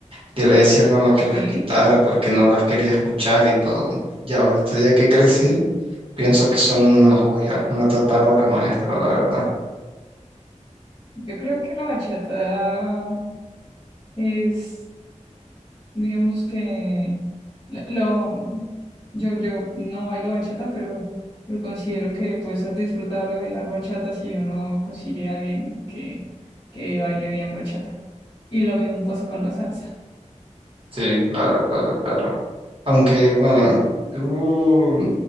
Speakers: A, on the right (about 45°); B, on the left (about 40°).
A: yo le decía a mi mamá
B: Así,
A: que las quitara porque no las quería escuchar y todo. Y ahorita ya que crecí, pienso que son una joya, una total obra maestra, la verdad.
B: yo creo que la bachata es, digamos que, lo, lo- yo, yo no bailo bachata, pero, pero considero que puede ser disfrutable bailar bachata si uno consigue a alguien que, que baile bien bachata. Y lo mismo pasa con la salsa.
A: Sí, claro, claro, claro. Aunque, bueno, tú